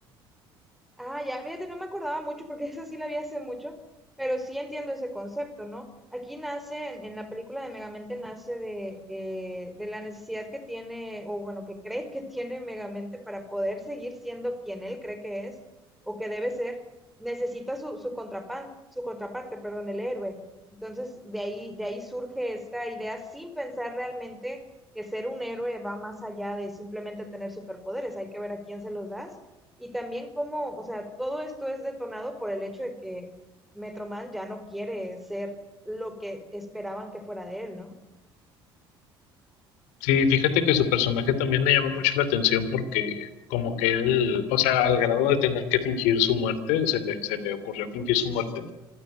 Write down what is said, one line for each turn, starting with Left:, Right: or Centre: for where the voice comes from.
Centre: Ah, ya, mírate, no me acordaba mucho porque <laughs> eso sí la vi hace mucho, pero sí entiendo ese concepto, ¿no? Aquí nace, en, en la película de Megamente, nace de, eh, de la necesidad que tiene, o bueno, que cree que <laughs> tiene Megamente para poder seguir siendo quien él cree que es o que debe ser, necesita su, su contrapan- su contraparte, perdón, el héroe. Entonces, de ahí, de ahí surge esta idea sin pensar realmente que ser un héroe va más allá de simplemente tener superpoderes, hay que ver a quién se los das y también cómo, o sea, todo esto es detonado por el hecho de que Metro Man ya no quiere ser lo que esperaban que fuera de él, ¿no?
Left: Sí, fíjate que su personaje también me llamó mucho la atención porque como que él, o sea, al grado de tener que fingir su muerte, se le, se le ocurrió fingir su muerte,